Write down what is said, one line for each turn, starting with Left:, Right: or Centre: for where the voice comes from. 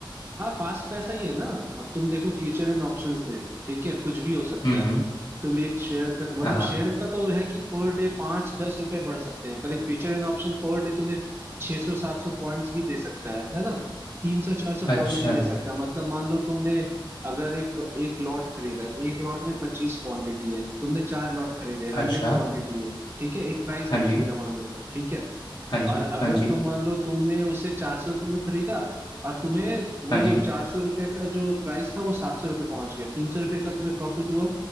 Right: हाँ फास्ट पैसा ही है ना अब तुम देखो फ्यूचर एंड ऑप्शंस में ठीक है कुछ भी हो सकता
Left: हम्म
Right: है
Left: हम्म
Right: तुम एक शेयर का
Left: हाँ
Right: मतलब
Left: हाँ
Right: शेयर का तो है कि पर डे पांच दस रुपए बढ़ सकते हैं पर एक future and option per day तुम्हें छह सौ सात सौ पॉइंट्स भी दे सकता है है ना तीन सौ चार सौ
Left: अच्छा
Right: पॉइंट भी दे सकता है मतलब मान लो तुमने अगर एक एक लॉट खरीदा एक लॉट में पच्चीस क्वांटिटी है तुमने चार लॉट खरीदे
Left: अच्छा
Right: हंड्रेड क्वांटिटी है ठीक है एक प्राइस
Left: हाँ
Right: पे
Left: जी
Right: खरीदा मान लो ठीक है
Left: हाँ जी
Right: और अगर
Left: हाँ जी
Right: तुम मान लो तुमने उसे चार सौ रुपये में खरीदा और तुम्हें वो
Left: हाँ जी
Right: चार सौ रुपये का जो प्राइस था वो सात सौ रुपये पहुंच गया तीन सौ रुपये का तुम्हें प्रॉफिट हुआ